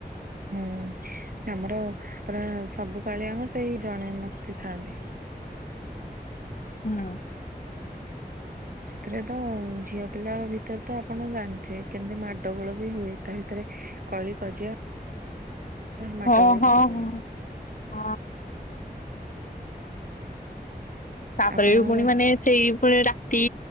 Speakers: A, on the right; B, on the left.
A: ହୁଁ ଆମର ପୁରା ସବୁ ପାଳିଆଙ୍କ ସେଇ ଜଣେ ମୂର୍ତ୍ତି ଥାଆନ୍ତି।
B: <inaudible> ହୁଁ
A: ସେଥିରେ ତ ଝିଅ ପିଲା ଭିତରେ ତ ଆପଣ ଜାଣିଥିବେ କେମିତି ମାଡଗୋଳ ବି ହୁଏ ତା ଭିତରେ କଳି କଜିଆ ମାଡଗୋଳ
B: ହଁ ହଁ
A: ହୁଏ।
B: ହ ହ ତାପରେ
A: ଆପଣଙ୍କର
B: ବି ପୁଣି ମାନେ ସେଇ ସେ ରାତି